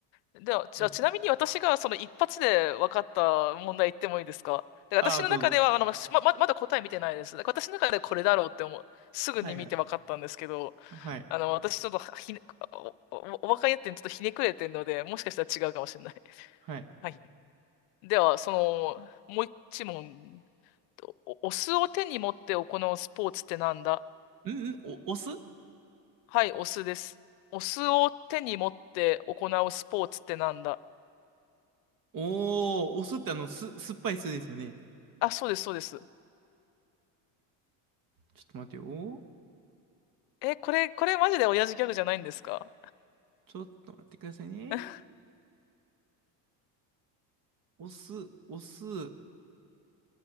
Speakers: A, on the left (about 85°); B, on the right (about 45°).
A: では、じゃあ、
B: いいですね。
A: ちなみに私がその一発で分かった問題言ってもいいですかで、私の中では、
B: ああ、どうぞ。
A: あの、ま、まままだ答え見てないです。だから私の中でこれだろうって思う。すぐに見て分かったんですけど、
B: はいはい。はい。
A: あの、私ちょっとひね、お、お、お若いやってちょっとひねくれてるので、もしかしたら違うかもしれない。
B: はい。
A: はい。では、その、もう一問。お、お酢を手に持って行うスポーツってなんだ
B: うんうん。お、お酢
A: はい、お酢です。お酢を手に持って行うスポーツってなんだ
B: おー、お酢ってあの、す、酸っぱい酢ですよね。
A: あ、そうです、そうです。
B: ちょっと待ってよ。
A: え、これ、これマジで親父ギャグじゃないんですか
B: ちょっと待ってくださいね。
A: <laughs>
B: お酢、お酢、